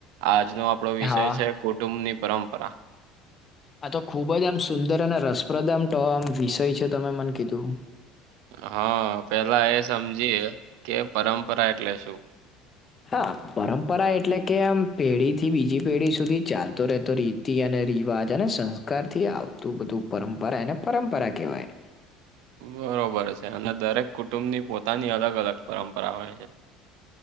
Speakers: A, on the right; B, on the left.
A: આજનો આપણો વિષય
B: હા
A: છે કુટુંબની પરંપરા
B: આ તો ખુબ જ આમ સુંદર અને રસપ્રદ આમ વિષય છે તમે મને કીધું
A: હા પેલા એ સમજીએ કે પરંપરા એટલે શું
B: હા પરંપરા એટલે કે એમ પેઢી થી બીજી પેઢી સુધી ચાલતો રહેતો રીત થી અને રિવાજ અને સંસ્કારથી આવતું બધું પરંપરા એને પરંપરા કહેવાય
A: બરોબર છે અને દરેક કુટુંબની પોતાની અલગ અલગ પરંપરા હોય છે.